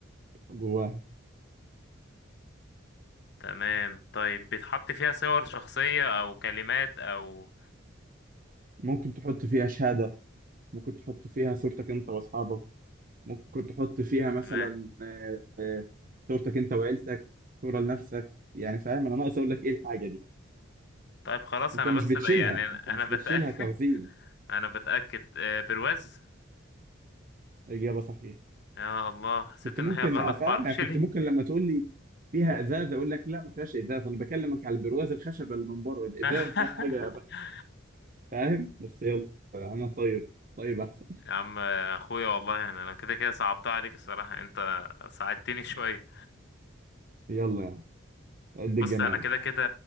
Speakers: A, on the right; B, on the left.
A: جواها
B: تمام طيب بتحط فيها صور شخصيه او كلمات او
A: ممكن تحط فيها شهاده ممكن تحط فيها صورتك انت واصحابك ممكن تحط فيها مثلا
B: تمام
A: آه، آه، صورتك انت وعيلتك صورة لنفسك يعني فاهم انا ناقص اقول لك ايه الحاجة دي
B: طيب خلاص
A: انت
B: انا
A: مش
B: بس
A: بتشيلها
B: بقى يعني انا
A: انت
B: أنا
A: مش
B: بتأكد
A: بتشيلها تخزين
B: <laughs> انا بتأكد آه، برواز
A: اجابة صحيحة
B: يا الله حسيت
A: كنت
B: ان
A: ممكن
B: هي غلط
A: افهم
B: معرفش
A: يعني كنت
B: ليه
A: ممكن لما تقول لي فيها ازاز اقول لك لا ما فيهاش ازاز انا بكلمك على البرواز الخشب اللي من بره الازاز
B: <laughs>
A: ده حاجة ف- فاهم بس يلا انا طيب طيب احسن
B: يا عم آه، اخويا والله يعني انا كده كده صعبتها عليك الصراحة انت ساعدتني شوية
A: يلا يعني قد الجمال
B: بص انا كده كده